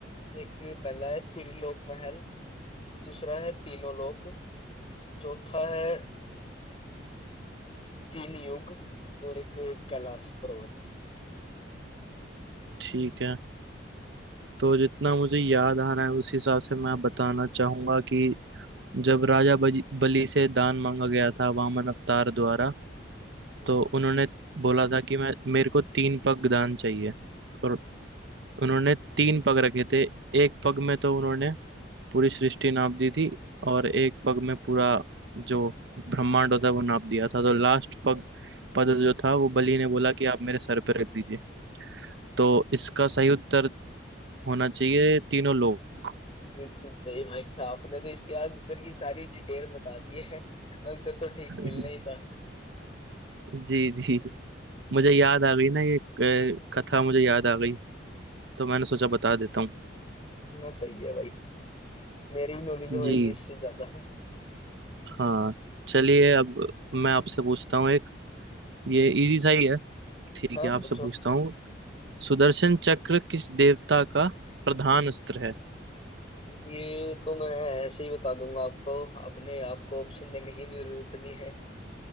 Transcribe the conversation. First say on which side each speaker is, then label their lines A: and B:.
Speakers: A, on the left; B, on the right.
A: एक पहला है त्रिलोक महल दूसरा है तीनों लोक चौथा है तीन युग और एक कैलाश पर्वत
B: ठीक है तो जितना मुझे याद आ रहा है उस हिसाब से मैं बताना चाहूंगा कि जब राजा बज- बलि से दान मांगा गया था वामन अवतार द्वारा
A: हम्म।
B: तो उन्होंने बोला था कि मैं मेरे को तीन पग दान चाहिए और उन्होंने तीन पग रखे थे एक पग में तो उन्होंने पूरी सृष्टि नाप दी थी और एक पग में पूरा जो ब्रह्मांड होता है वो नाप दिया था तो लास्ट पग पद जो था वो बलि ने बोला कि आप मेरे सर पे रख दीजिए तो इसका सही उत्तर होना चाहिए तीनों लोग
A: बिल्कुल सही भाई आपने तो इसके आंसर की सारी डिटेल बता दी है आंसर तो ठीक
B: <laughs>
A: मिलना ही था
B: जी जी मुझे याद आ गई ना ये अ, कथा मुझे याद आ गई तो मैंने सोचा बता देता हूँ
A: ना सही है भाई मेरी नॉलेज होएगी
B: जी
A: इससे ज्यादा
B: हाँ चलिए अब मैं आपसे पूछता हूँ एक ये इजी सा ही है ठीक
A: हाँ
B: है आपसे
A: पूछो
B: पूछता हूँ सुदर्शन चक्र किस देवता का प्रधान अस्त्र है
A: ये तो मैं ऐसे ही बता दूंगा आपको अपने आपको ऑप्शन देने की भी जरूरत नहीं है